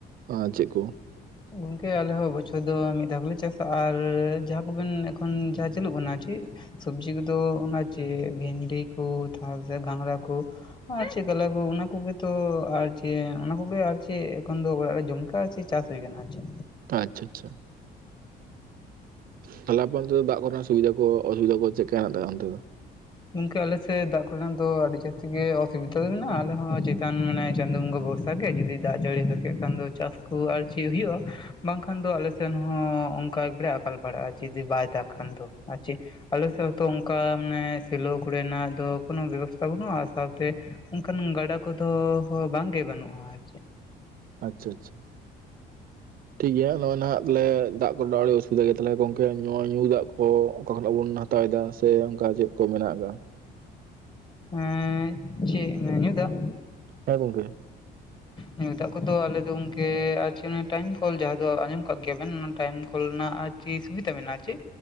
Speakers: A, on the right (about 60°); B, on the left (about 25°).
A: ᱟᱨ ᱪᱮᱫ ᱠᱚ?
B: ᱜᱚᱝᱠᱮ ᱟᱞᱮ ᱦᱚᱸ ᱵᱚᱪᱷᱚᱨ ᱫᱚ ᱢᱤᱫ ᱫᱷᱟᱣ ᱜᱮᱞᱮ ᱪᱟᱥᱟ ᱟᱨ ᱡᱟᱦᱟᱸ ᱠᱚᱵᱮᱱ ᱮᱠᱷᱚᱱ ᱡᱟᱦᱟᱸ ᱪᱟᱹᱞᱩᱜ ᱠᱟᱱᱟ ᱪᱮᱫ ᱥᱚᱵᱡᱤ ᱠᱚᱫᱚ ᱚᱱᱟ ᱪᱮᱫ ᱵᱷᱮᱱᱰᱤ ᱠᱚ ᱛᱟᱨᱯᱚᱨᱮ ᱜᱷᱟᱸᱝᱽᱨᱟ ᱠᱚ ᱟᱨ ᱪᱮᱫ ᱠᱚᱞᱮ ᱠᱚ ᱚᱱᱟ ᱠᱚᱜᱮ ᱛᱚ ᱟᱨ ᱪᱮᱫ ᱚᱱᱟ ᱠᱚᱜᱮ ᱟᱨ ᱪᱮᱫ ᱮᱚᱱ ᱫᱚ ᱚᱲᱟᱜ ᱨᱮ ᱡᱚᱢ ᱠᱟᱜ ᱪᱟᱥ ᱦᱩᱭ ᱠᱟᱱᱟ ᱟᱪᱪᱷᱟ
A: ᱟᱪᱪᱷᱟ ᱟᱪᱪᱷᱟ ᱾ ᱛᱟᱦᱞᱮ ᱟᱯᱮ ᱚᱱᱛᱮ ᱫᱚ ᱫᱟᱜ ᱠᱚᱨᱮᱱᱟᱜ ᱥᱩᱵᱤᱫᱟ ᱠᱚ ᱚᱥᱩᱵᱤᱫᱟ ᱠᱚ ᱪᱮᱫ ᱦᱮᱱᱟᱜ ᱛᱟᱯᱮᱭᱟ ᱚᱱᱛᱮ ᱫᱚ?
B: ᱜᱚᱝᱠᱮ ᱟᱞᱮᱮᱥᱮᱫ ᱫᱟᱜ ᱠᱚᱨᱮᱱᱟᱜ ᱫᱚ ᱟᱹᱰᱤ ᱡᱟᱹᱥᱛᱤ ᱜᱮ ᱚᱥᱩᱵᱤᱫᱟ ᱫᱚ ᱢᱮᱱᱟᱜᱼᱟ ᱟᱞᱮ ᱦᱚᱸ ᱪᱮᱛᱟᱱ ᱢᱟᱱᱮ ᱪᱟᱸᱫᱳ ᱵᱚᱸᱜᱟ ᱵᱷᱚᱨᱥᱟ ᱾ ᱵᱷᱟᱜᱮ ᱡᱩᱫᱤ ᱫᱟᱜ ᱡᱟᱹᱲᱤ ᱦᱩᱭ ᱠᱚ ᱠᱷᱟᱱ ᱫᱚ ᱪᱟᱥ ᱠᱚ ᱟᱨ ᱪᱮᱫ ᱦᱩᱭᱩᱜ-ᱟ ᱾ ᱵᱟᱝᱠᱷᱟᱱ ᱫᱚ ᱟᱞᱮ ᱥᱮᱱ ᱦᱚᱸ ᱚᱱᱠᱟ ᱮᱠᱵᱟᱨᱮ ᱟᱠᱟᱞ ᱯᱟᱲᱟᱜᱼᱟ ᱡᱩᱫᱤ ᱵᱟᱭ ᱫᱟᱜ ᱠᱷᱟᱱ ᱫᱚ ᱟᱨ ᱪᱮᱫ ᱟᱞᱮ ᱥᱮᱫ ᱦᱚᱛᱚ ᱚᱱᱠᱟ ᱢᱟᱱᱮ ᱥᱮᱞᱳ ᱠᱚᱨᱮᱱᱟᱜ ᱫᱚ ᱠᱳᱱᱳ ᱵᱮᱵᱚᱥᱛᱟ ᱵᱟᱹᱱᱩᱜ-ᱟ ᱥᱟᱶᱛᱮ ᱚᱱᱠᱟᱱ ᱜᱟᱰᱟ ᱠᱚᱫᱚ ᱦᱚᱸ ᱵᱟᱝ ᱜᱮ ᱵᱟᱹᱱᱩᱜ-ᱟ ᱟᱨ ᱪᱮᱫ
A: ᱟᱪᱪᱷᱟ ᱟᱪᱪᱷᱟ, ᱴᱷᱤᱠ ᱜᱮᱭᱟ ᱱᱚᱜ-ᱚᱭ ᱱᱟᱦᱜ ᱛᱟᱞᱮ ᱫᱟᱜ ᱠᱚᱨᱮ ᱫᱚ ᱟᱹᱰᱤ ᱚᱥᱩᱵᱤᱫᱟ ᱜᱮᱭᱟ ᱛᱟᱞᱮ ᱜᱚᱝᱠᱮ ᱱᱚᱣᱟ ᱧᱩ ᱫᱟᱜ ᱠᱚ ᱚᱠᱟ ᱠᱷᱚᱱᱟᱜ ᱵᱚᱱ ᱦᱟᱸᱜ ᱦᱟᱛᱟᱣᱮᱫᱟ ᱥᱮ ᱚᱱᱠᱟ ᱪᱮᱫ ᱠᱚ ᱢᱮᱱᱟᱜ ᱟᱠᱟᱫᱟ
B: ᱮᱸ ᱪᱮᱫ ᱧᱩ ᱫᱟᱜ
A: ᱦᱮᱸ ᱜᱚᱝᱠᱮ ᱾
B: ᱦᱮᱸ ᱫᱟᱜ ᱠᱚᱫᱚ ᱟᱞᱮ ᱫᱚ ᱜᱚᱝᱠᱮ ᱴᱟᱭᱤᱢ ᱠᱚᱞ ᱡᱟᱦᱟᱸ ᱫᱚ ᱟᱸᱡᱚᱢ ᱠᱟᱜ ᱜᱮᱭᱟ ᱵᱮᱱ ᱚᱱᱟ ᱴᱟᱭᱤᱢ ᱠᱚᱞ ᱨᱮᱱᱟᱜ ᱠᱩ ᱥᱩᱵᱤᱫᱟ ᱢᱮᱱᱟᱜ-ᱟ ᱪᱮᱫ